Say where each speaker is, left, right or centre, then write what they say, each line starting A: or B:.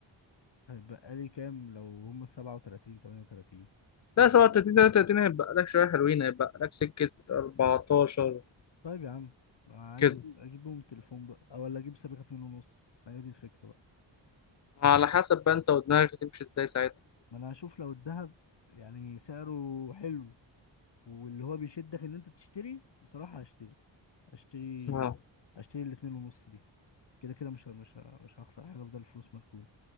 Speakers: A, on the left (about 60°); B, on the left (about 40°).
A: هيبقى لي كام لو هم 37 38
B: لا سبعة وتلاتين تلاتة وتلاتين هيتبقى لك شوية حلوين هيتبقى لك سكة أربعتاشر
A: طيب يا عم عايز
B: كده
A: اجيب اجيب بهم التليفون بقى او ولا اجيب سابقة اتنين ونص فهي دي الفكرة بقى
B: على حسب بقى انت ودماغك هتمشي ازاي ساعتها
A: ما انا هشوف لو الذهب يعني سعره حلو واللي هو بيشدك ان انت تشتري بصراحة هشتري هشتري
B: اه
A: هشتري الاتنين ونص دي كده كده مش ه- مش ه- مش هخسر حاجة بدل الفلوس مركونة